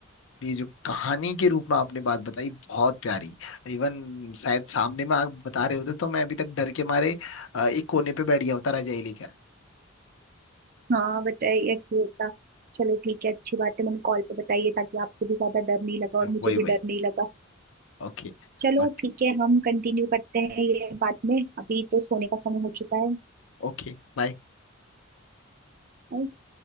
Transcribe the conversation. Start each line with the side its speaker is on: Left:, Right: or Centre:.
Left: ये जो कहानी के रूप में आपने बात बताई बहुत प्यारी इवन शायद सामने में आप बता रहे होते तो मैं अभी तक डर के मारे आ, एक कोने पे बैठ गया होता रजाई लेकर
Right: हाँ बताइए ऐसे होता चलो ठीक है अच्छी बात है मैंने कॉल पे बताइए ताकि आपको भी ज्यादा डर नहीं लगा और मुझे
Left: वही
Right: भी
Left: वही
Right: डर नहीं लगा
Left: ओके
Right: चलो
Left: Okay
Right: ठीक है हम कंटिन्यू करते हैं ये बाद में अभी तो सोने का समय हो चुका
Left: okay bye
Right: है